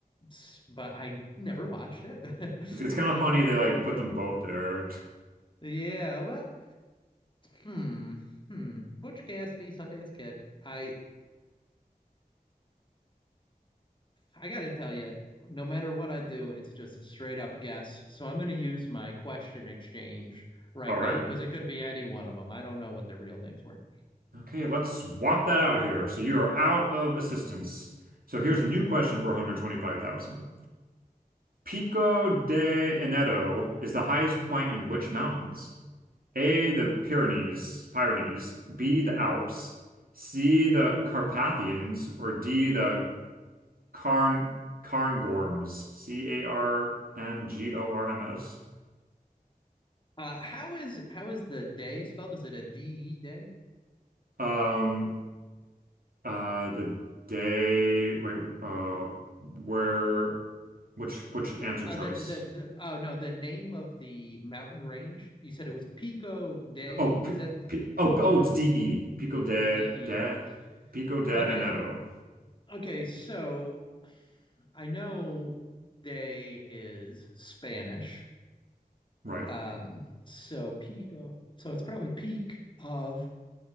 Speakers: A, on the left; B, on the right.
A: s- but I never watched it.
B: It's, it's
A: <laughs>
B: kind
A: I
B: of funny they like put them both there.
A: yeah. Well, hmm. Hmm. Butch Cassidy, Sundance Kid. I I got to tell you, no matter what I do, it's just a straight up guess. So I'm going to use my question exchange right
B: <laughs> All right.
A: now because it could be any one of them. I don't know what their real names were.
B: Okay, let's swap that out here. So you are out of assistance. So here's a new question for 125,000. Pico de Aneto is the highest point in which mountains? A, the Pyrenees, Pyrenees, B, the Alps, C, the Carpathians, or D, the Carn Cairngorms, C-A-R-N-G-O-R-M-S.
A: Uh, how is how is the day spelled? Is it a D E day?
B: Um, Uh, the day. Wait. Uh, where? Which which answer
A: Uh,
B: choice?
A: the, the the oh no, the name of the mountain range. You said it was Pico Day.
B: Oh, p
A: Is that
B: p oh oh, it's D E. Pico de
A: D
B: de
A: E?
B: Pico de
A: Okay,
B: Aneto.
A: okay. So I know day is Spanish.
B: Right.
A: Um, so peak of, so it's probably peak of